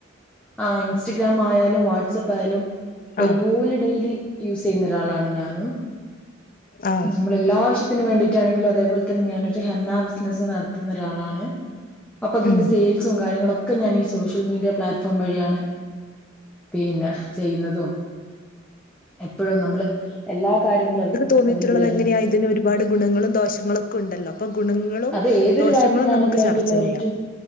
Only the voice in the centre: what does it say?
ആഹ് ഇൻസ്റ്റഗ്രാം ആയാലും വാട്സപ്പ് ആയാലും
ഒരുപോലെ ഡെയിലി യൂസെയ്യുന്ന ഒരാളാണ് ഞാനും
നമ്മൾ എല്ലാാവശ്യത്തിനന് വേണ്ടിയിട്ടാണെങ്കിലും അതേപോലെ തന്നെ ഞാനൊര് ഹെന്നാ ബിസിനസ്സ് നടത്തുന്ന ഒരാളാണ് അപ്പൊ അതിന്റെ
സെയിൽസും കാര്യങ്ങളൊക്കെ ഞാൻ ഈ സോഷ്യൽ മീഡിയ പ്ലാറ്റ്ഫോം വഴിയാണ് പിന്നെ ചെയ്യുന്നതും എപ്പോഴും നമ്മള് എല്ലാ കാര്യങ്ങളും
അതിലൂടെയാണ്
അത് ഏതൊരു
കാര്യത്തിലാണെങ്കിലും
അതിന്റെ
മെറിറ്റും